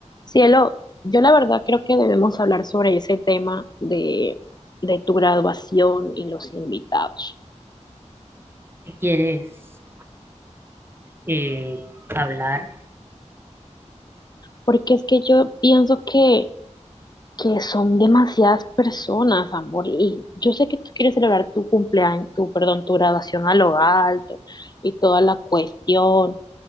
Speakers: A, on the left; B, on the right.
A: Cielo, yo la verdad creo que debemos hablar sobre ese tema de, de tu graduación y los invitados,
B: quieres eh, hablar,
A: porque es que yo pienso que, que son demasiadas personas, amor, y yo sé que tú quieres celebrar tu cumpleaños, tu, perdón, tu graduación a lo alto y toda la cuestión,